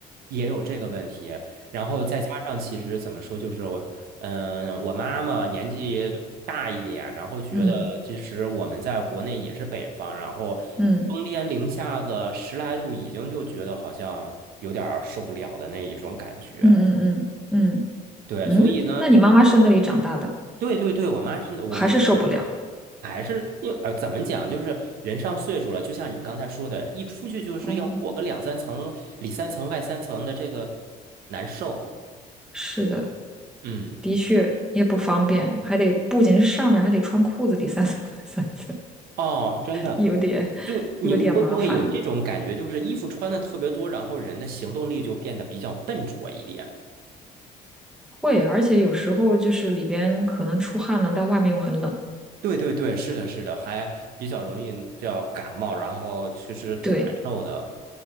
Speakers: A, on the right; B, in the centre.
A: 也有这个问题。然后再加上，其实怎么说，就是我，嗯、我妈妈年纪大一点，然后觉得其实我们在国内也是北方，
B: 嗯
A: 然后冬天零下个十来度，
B: 嗯
A: 已经就觉得好像有点儿受不了的那一种感觉。
B: 嗯嗯嗯嗯
A: 对，
B: 嗯。
A: 所以呢，
B: 嗯嗯，那你妈妈是那里长大的，
A: 对对对，我妈是我。
B: 还是受不了？
A: 还是因为呃，怎么讲，就是人上岁数了，就像你刚才说的，一出去就是要裹个两三层、
B: 哦，
A: 里三层外三层的，这个难受。
B: 是的，
A: 嗯，
B: 的确也不方便，还得不仅是上面还得穿裤子里三三三 <laughs> 三次，
A: 哦，真的，
B: 有点有点麻烦。
A: 就你会不会有这种感觉，就是衣服穿的特别多，然后人的行动力就变得比较笨拙一点？
B: 会，而且有时候就是里边可能出汗了，但外面又很冷。
A: 对对对，是的，是的，还比较容易叫感冒，然后其实挺难受的。
B: 对，